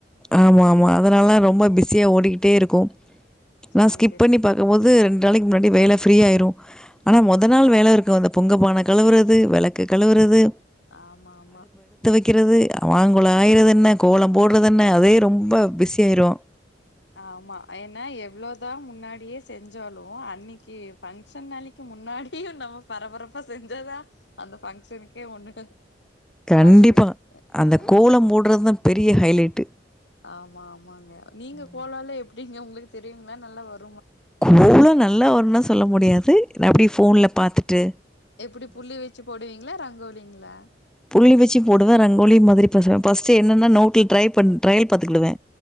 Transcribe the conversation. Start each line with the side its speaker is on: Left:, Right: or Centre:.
Centre: ஆமா ஆமா அதனால ரொம்ப பிஸியா ஓடிக்கிட்டே இருக்கும்.
Left: செரி
Centre: நா ஸ்கிப்
Left: செரிங்க
Centre: பண்ணி பாக்கம்போது ரெண்டு நாளக்கி முன்னாடியே வேலை ஃப்ரீ ஆயிரும். ஆனால் மொத நாள் வேல இருக்கும். அந்த பொங்க பானை கழுவுறது வெளக்கு கழுவுறது
Left: ஆமா ஆமா
Centre: வக்கிறது மாங்கொல ஆய்றதென்ன? கோலம் போட் றதென்ன அதே ரொம்ப பிஸி ஆயிருவோ.
Left: ஆமா ஏன்ன எவ்ளோதா முன்னாடியே செஞ்சாலும் அன்னிக்கி பங்க்ஷன் நாளைக்கி முன்னாடியும் நம்ம பரபரப்பா செஞ்சா தா அந்த பங்க்ஷனுக்கே ஒண்ணு
Centre: கண்டிப்பா,
Left: அழகு
Centre: அந்த
Left: ஆ
Centre: கோலம் போட்றதா பெரிய ஹைலைட்
Left: ஆமா ஆமாங்க. நீங்க கோலல்லா எப்டிங்க ஒங்ளு தெரியுங்ளா? நல்லா வரு
Centre: கோலம் நல்லா வரும்ன்னா சொல்ல முடியாது. ந அப்டி ஃபோன்ல்ல பாத்துட்டு
Left: எப்டி புள்ளி வச்சி போடுவீங்ளா? ரங்கோ கோலிங்ளா?
Centre: புள்ளி வச்சி போடுவே. ரங்கோலி மாதிரி பச பஸ்ட்டு என்னென்ன நோட்ல ட்ரை பண் ட்ரையல் பாத்துக்குடுவே.